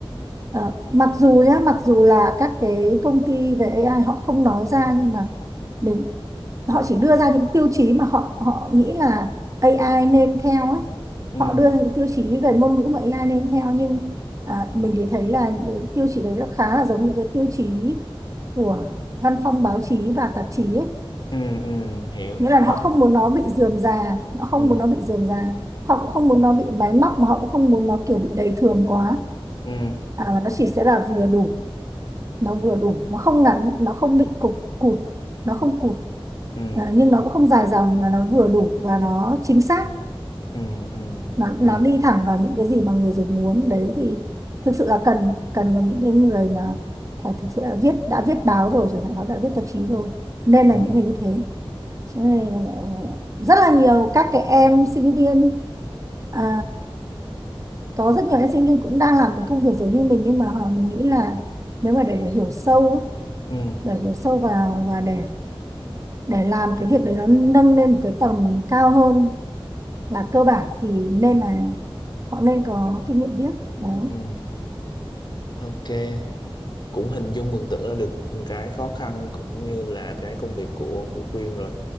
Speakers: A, on the right (about 35°); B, on the left (about 50°).
A: ờ, mặc dù nhá, mặc dù là các cái công ty về AI họ không nói ra nhưng mà mình họ chỉ đưa ra những tiêu chí mà họ họ nghĩ là AI nên theo ấy.
B: ừ
A: Họ đưa ra những tiêu chí về ngôn ngữ mà AI nên theo nhưng à, mình thì thấy là những cái tiêu chí đấy nó khá là giống những cái tiêu chí của văn phòng báo chí và tạp chí ấy
B: ừ ừ hiểu
A: nghĩa là
B: nó
A: họ không muốn nó bị rườm rà họ không
B: ừ
A: muốn nó bị rườm rà họ cũng không muốn nó bị máy móc mà họ cũng không muốn nó kiểu bị đầy thường quá
B: ừ
A: à, mà nó chỉ sẽ là vừa đủ nó vừa đủ nó không ngắn nó không bị cục cụt nó không cụt
B: ừ
A: à, nhưng nó cũng không dài dòng mà nó vừa đủ và nó chính xác
B: ừ ừ
A: nó
B: ừ
A: nó đi thẳng vào những cái gì mà người dùng muốn đấy thì thực sự là cần cần cho những cái người mà phải thực sự là viết đã viết báo rồi chẳng hạn nó đã viết tạp chí rồi nên là
B: ừ
A: những người như thế Chỗ này là rất là nhiều các cái em sinh viên à, có rất nhiều em sinh viên cũng đang làm cái công việc giống như mình nhưng mà họ mình nghĩ là nếu mà để, để hiểu sâu á,
B: ừ
A: để hiểu sâu vào và để để làm cái việc đấy nó nâng lên một cái tầm cao hơn là cơ bản thì nên là họ nên có kinh nghiệm viết đấy
B: ừ ok cũng hình dung mường tượng ra được cái khó khăn cũng như là cái công việc của của Quyên rồi